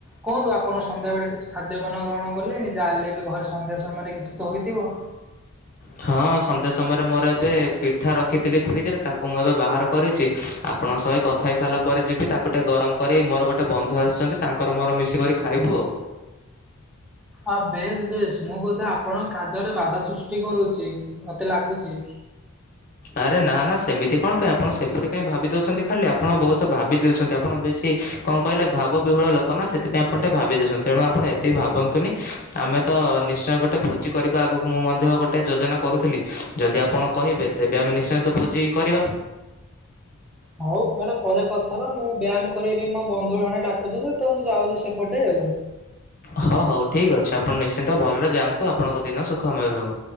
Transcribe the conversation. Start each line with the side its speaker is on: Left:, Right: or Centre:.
Centre: କୁହନ୍ତୁ ଆପଣ ସନ୍ଧ୍ୟାବେଳେ କିଛି ଖାଦ୍ୟପାନ ଗ୍ରହଣ କଲେଣିି ଯାହା ହେଲେ ବି ଘରେ ସନ୍ଧ୍ୟା ସମୟରେ କିଛି ତ ହୋଇଥିବ।
Left: ହଁ ସନ୍ଧ୍ୟା ସମୟରେ ମୋର ଏବେ ପିଠା ରଖିଥିଲି ଫ୍ରିଜରେ ତାକୁ ମୁଁ ଏବେ ବାହାର କରିଛି ଆପ୍ ଆପଣଙ୍କ ସହି କଥା ହେଇ ସାରିଲା ପରେ ଯିବି ତାକୁ ଟିକେ ଗରମ କରି ମୋର ଗୋଟେ ବନ୍ଧୁ ଆସିଛନ୍ତି ତାଙ୍କର ମୋର ମିଶିକରି ଖାଇବୁ ଆଉ।
Centre: ଆ ବେଶ୍ ବେଶ୍ ମୁଁ ବୋଧେ ଆପଣଙ୍କ ଖାଦ୍ୟରେ ବାଧା ସୃଷ୍ଟି କରୁଛି। ମତେ ଲାଗୁଚି।
Left: ଆରେ ନା ନା ସେମିତି କଣ ପାଇଁ ଆପଣ ସେପଟେ କାହିଁ ଭାବି ଦେଉଛନ୍ତି ଖାଲି ଆପଣ ବହୁତ ଭାବି ଦେଉଛନ୍ତି ଆପଣ ବେଶୀ କଣ କହିଲେ ଭାବ ବିହଳ ଲୋକ ନା ସେଥିପାଇଁ ଆପଣ ଟିକେ ଭାବି ଦେଉଛନ୍ତି ତଣୁ ଆପଣ ଏତେବି ଭାବନ୍ତୁନି ଆମେ ତ ନିଶ୍ଚୟ ଗୋଟେ ଭୋଜି କରିବା ଆଗକୁ ମୁଁ ମଧ୍ୟ ଗୋଟେ ଯୋଜନା କରୁଥିଲି ଯଦି ଆପଣ କହିବେ ତେବେ ଆମେ ନିଶ୍ଚୟନ୍ତ ଭୋଜି କରିବା।
Centre: ହଉ କୁଆଡେ ପରେ କଥା ହେବା ମୁଁ ବ୍ୟାୟାମ କରିବା ପାଇଁ ମୋ ବନ୍ଧୁ ଜଣେ ଡାକୁଛନ୍ତି ତ ମୁଁ ଯାଉଛି ସେପଟେ ଆଉ।
Left: ହଉ ହଉ ଠିକ୍ ଅଛି ଆପଣ ନିଶ୍ଚିନ୍ତ ଭଲରେ ଯାଆନ୍ତୁ ଆପଣଙ୍କ ଦିନ ସୁଖମୟ ହେଉ।